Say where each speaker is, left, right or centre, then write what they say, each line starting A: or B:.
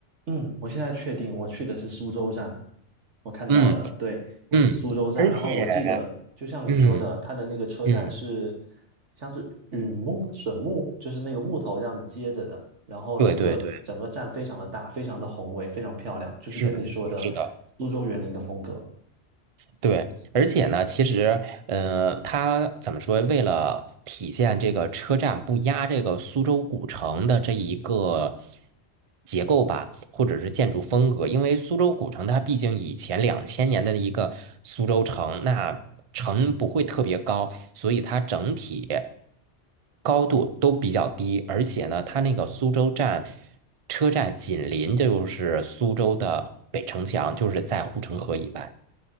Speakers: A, on the right; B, on the right.
A: 嗯，我现在确定我去的是苏州站，我看到了，
B: 嗯
A: 对，我是苏州站，
B: 嗯，而且
A: 然后我记得就像你说的，
B: 嗯
A: 它的那个车站是
B: 嗯，
A: 像是榉木、笋木，就是那个木头这样接着的，然后那个整个站非常的大，
B: 对对对，
A: 非常的宏伟，非常漂亮，就是跟你说的
B: 是的是的，
A: 苏州园林的风格。
B: 对。而且呢，其实，呃，它怎么说？为了体现这个车站不压这个苏州古城的这一个结构吧，或者是建筑风格，因为苏州古城它毕竟以前两千年的一个苏州城，那城不会特别高，所以它整体高度都比较低，而且呢，它那个苏州站车站紧邻就是苏州的北城墙，就是在护城河以外，